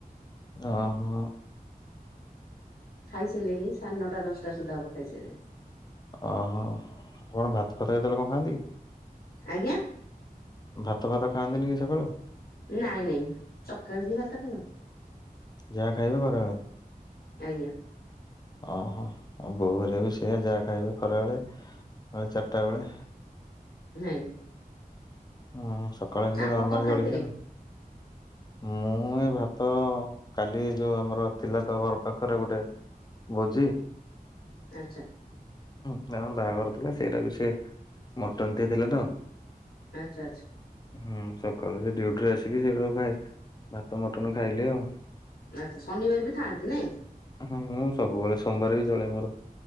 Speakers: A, on the left (about 25°); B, on the left (about 80°).
A: ଓ ହୋ।
B: ଖାଇସାରିଲଣିି ସାଢ଼େ ନଅଟା ଦଶଟା ସୁଦ୍ଧା ହବ ଖାଇସାରିଲିଣୀ।
A: ଓହୋ ଭାତ ଫାତ କେତେବେ କଣ ଖାଆନ୍ତି କି?
B: ଆଜ୍ଞା।
A: ଭାତ ଫାତ ଖାଆନ୍ତିନି କି ସକାଳୁ?
B: ନାଇଁ ନାଇଁ, ସଖାଳୁ କିଏ ଭାତ ଖାଇବ?
A: ଯାହା ଖାଇବେ ଖରାବେଳୁ।
B: ଆଜ୍ଞା।
A: ଓହୋ ବୋହୂରେ ବି ସେଆ ଯାହା ଖାଇବେ ଖରାବେଳେ। ହଁ ଚାରିଟା ବେଳେ?
B: ନାଇଁ।
A: ହୁଁ ସକାଳେ ଏମିତି
B: ଆପଣ
A: ନମାଲ
B: କଣ ଖାଇଥିଲେ
A: ଜଳିଖିଆ ମୁଁ ଏ ଭାତ କାଲି ଯୋଉ ଆମର ଥିଲା ତ ଘର ପାଖରେ ଗୋଟେ ଭୋଜି।
B: ଆଚ୍ଛା।
A: ହୁଁ ବାହାଘର ଥିଲା ସେଇଟାକୁ ସେ ମଟନ ଦେଇଥିଲେ ତ?
B: ଆଚ୍ଛା ଆଚ୍ଛା।
A: ହୁଁ ସକାଳୁ ସେ ଡୁଟିରେ ଆସିକି ସେଗୁରା କୁ <unintelligible> ଭାତ ମଟନ ଖାଇଲେ ଆଉ।
B: ଆଚ୍ଛା ଶନିବାର ବି ଖାଆନ୍ତି ନାଇଁ?
A: ହଁ ମୁଁ ସବୁବେଳେ ସୋମବାର ବି ଜଳେ ମୋର